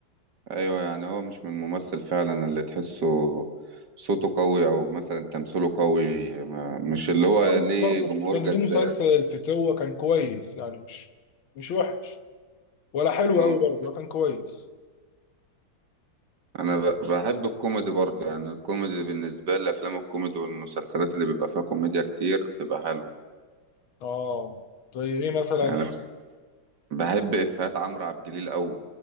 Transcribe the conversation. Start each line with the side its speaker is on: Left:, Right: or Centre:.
Right: ايوه يعني هو مش من الممثل فعلا اللي تحسه صوته قوي او مثلا تمثيله قوي ما مش اللي هو
Left: يعني
Right: ليه
Left: برضه
Right: جمهور
Left: كان
Right: جذاب
Left: ليه مسلسل الفتوه كان كويس يعني مش مش وحش ولا حلو
Right: اه
Left: قوي برضه ولا كان كويس
Right: انا ب- بحب الكوميدي برضه يعني الكوميدي بالنسبه لي افلام الكوميدي والمسلسلات اللي بيبقى فيها كوميديا كتير بتبقى حلوه
Left: اه زي ايه مثلا
Right: يعني بحب افيهات عمرو عبد الجليل قوي